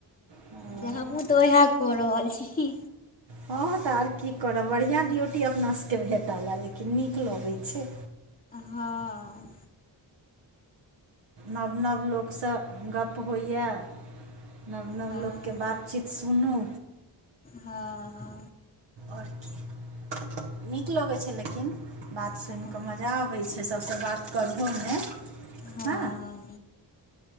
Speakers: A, on the right; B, on the left.
A: हँ
B: जे हमहुँ तऽ ओहैऽ कऽ रहल छी।
A: हँ तऽ आर की करब? बढ़िआँ ड्यूटी अपना सब के भेटऽ लैऽ, लेकिन नीक लगै छै।
B: हॉं।
A: नव-नव लोक सँ गप्प होइयाऽ। नव नव
B: हँ
A: लोक के बातचीत सुनू
B: हँ ह
A: ओर कि नीक लगै छै लेकिन बात सुनिकऽ
B: हँ
A: मजा अबै छै सब सब से बात करहो मे ह
B: हँ